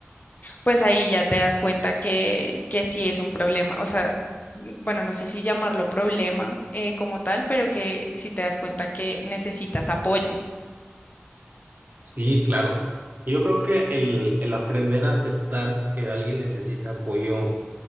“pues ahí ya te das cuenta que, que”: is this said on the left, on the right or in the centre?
Left